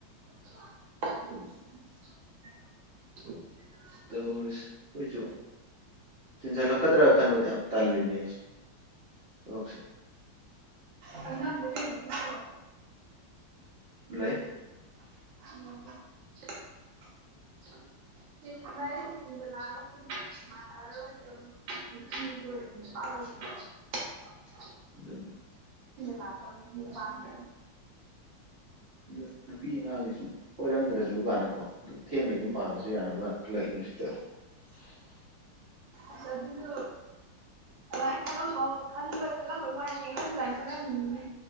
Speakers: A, on the right; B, on the right.
A: <unintelligible>
B: ꯇꯧꯔꯁꯤ ꯑꯈꯣꯏꯁꯨ ꯇꯤꯟꯖꯥꯂꯛꯀꯗ꯭ꯔꯥꯒ ꯈꯥꯟꯕꯨꯗꯤ ꯌꯥꯝ ꯇꯜꯜꯂꯤꯅꯦ ꯑꯩꯁꯨ ꯊꯁꯦ
A: ꯀꯉꯝꯂ ꯅꯁꯨ
B: ꯂꯩ
A: <unintelligible>
B: <unintelligible>
A: ꯂꯥꯛ ꯄꯥꯟꯒ
B: ꯑꯗ ꯅꯨꯄꯤ ꯑꯉꯥꯡꯒꯤ ꯁꯨꯝ ꯀꯣꯏꯔꯝꯗ꯭ꯔꯁꯨ ꯀꯥꯟꯅꯀꯣ ꯑꯗꯨꯝ ꯊꯦꯡꯅ ꯌꯨꯝ ꯄꯥꯗꯁꯨ ꯌꯥꯅꯕ ꯀꯥꯟꯗ ꯈꯜꯂꯛꯏꯅꯦ ꯁꯤ <unintelligible>
A: ꯑꯁ ꯑꯗꯨꯁꯨ ꯑꯗꯨꯃꯥꯏ ꯈꯜꯂꯝꯕꯟꯕ ꯈꯜꯂꯝꯕꯩ ꯋꯥꯅꯤ ꯑꯩꯈꯣꯏꯁꯨ ꯑꯗꯨꯃꯅ ꯈꯜꯂꯝꯅꯤꯡꯉꯤꯅꯦ